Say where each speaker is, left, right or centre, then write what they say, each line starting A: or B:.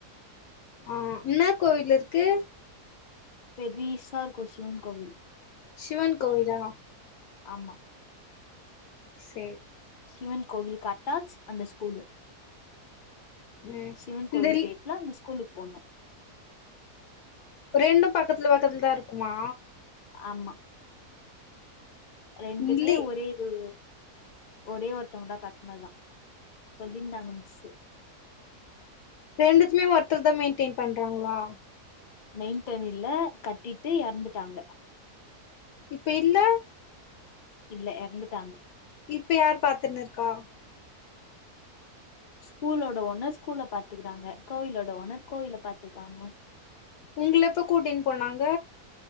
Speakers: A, on the left; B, on the left.
A: ஆ என்ன கோவில் இருக்கு
B: பெரிசா இருக்கு சிவன் கோவில்
A: சிவன் கோவிலா
B: ஆமா
A: சே
B: சிவன் கோவில் கட்டாஜ் அந்த ஸ்கூலு
A: ம்
B: சிவன்
A: இந்த
B: கோவில் கேட்ல அந்த ஸ்கூலுக்கு போனோ
A: ரெண்டு பக்கத்ல பக்கத்ல தா இருக்குமா
B: ஆம்மா ரெண்டுமே
A: இல்லி
B: ஒரே இவ் ஒரே ஒருத்தவங்க தா கட்னதா சொல்லியிருந்தாங்க மிஸ்சி
A: ரெண்டுத்துமே ஒருத்தர் தா மெயின்டென் பண்றாங்ளா
B: மெய்டென் இல்ல கட்டிட்டு எறந்துட்டாங்க
A: இப்ப இல்ல
B: இதுல எறந்துட்டாங்க
A: இப்ப யாரு பாத்துன்னு இருக்கா
B: ஸ்கூலோட ஓனர் ஸ்கூல பாத்துக்கிறாங்க கோவிலோட ஓனர் கோவில பாத்துக்காங்க
A: உங்ள எப்ப கூட்டின் போனாங்க